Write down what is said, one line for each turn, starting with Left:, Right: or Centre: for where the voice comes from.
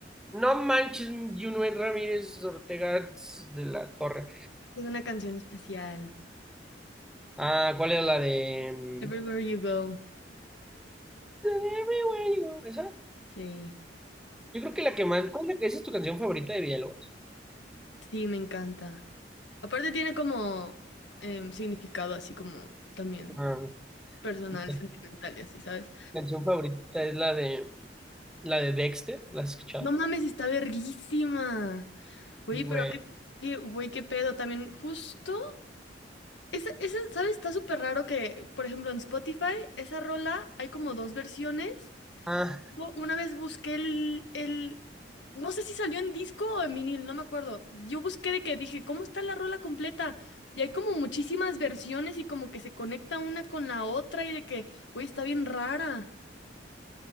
Centre: No manches, Junuel Ramírez Ortega de la Torre.
Left: Es una canción especial.
Centre: Ah, ¿cuál era la de...? mm,
Left: Everywhere You Go.
Centre: Everywhere you go. Esa.
Left: Sí.
Centre: Yo creo que la que más. ¿Cuál es la que esa es tu canción favorita de Villalobos?
Left: Sí, me encanta. Aparte tiene como em, significado así como también
Centre: Ah,
Left: personal,
Centre: mi can-
Left: sentimental y así, ¿sabes?
Centre: canción favorita es la de. La de Dexter. ¿La has escuchado?
Left: No mames, está verguísima. Oye,
Centre: Sí, Güey.
Left: pero qué, qué, güey, qué pedo. También justo, esa, esa, ¿sabes? Está súper raro que, por ejemplo, en Spotify, esa rola hay como dos versiones.
Centre: Ah,
Left: Yo Una vez busqué el, el, no sé si salió en disco o en vinil, no me acuerdo. Yo busqué de que dije, ¿cómo está la rola completa? Y hay como muchísimas versiones y como que se conecta una con la otra y de que, güey, está bien rara.